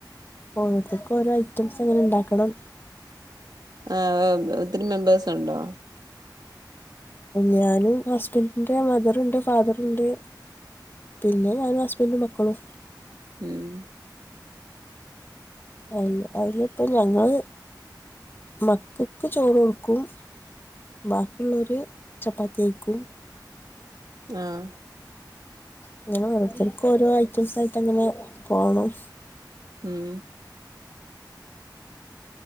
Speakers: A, on the left; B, on the right.
A: ഓരോരുത്തർക്കും ഓരോ ഐറ്റംസ് അങ്ങനെ ഉണ്ടാക്കണം
B: ആഹ് ഒത്തിരി മെമ്പേഴ്സ് ഉണ്ടോ
A: ഞാനും ഹസ്ബൻഡന്റെ മദറുണ്ട് ഫാദറുണ്ട് പിന്നെ ഞാനും ഹസ്ബൻ്റ് ഉം മക്കളും
B: ഉം
A: അ അതിനി ഇപ്പ ഞങ്ങൾ മക്കക്ക് ചോറ് കൊടുക്കും ക്കും ബാക്കിയുള്ളർ ചപ്പാത്തി കഴിക്കും
B: ആഹ്
A: അങ്ങനെ ഓരോരുത്തർക്കും ഓരോ ഐറ്റംസായിട്ട് അങ്ങനെ പോണം
B: ഉം